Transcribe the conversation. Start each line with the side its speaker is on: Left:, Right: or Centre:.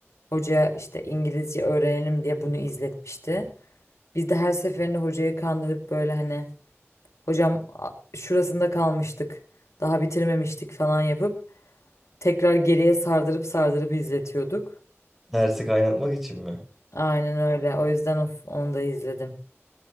Left: hoca işte İngilizce öğrenelim diye bunu izletmişti. Biz de her seferinde hocayı kandırıp böyle hani hocam a- şurasında kalmıştık. Daha bitirmemiştik falan yapıp tekrar geriye sardırıp sardırıp izletiyorduk.
Centre: Dersi kaynatmak için mi?
Left: Aynen öyle. O yüzden of, onu da izledim.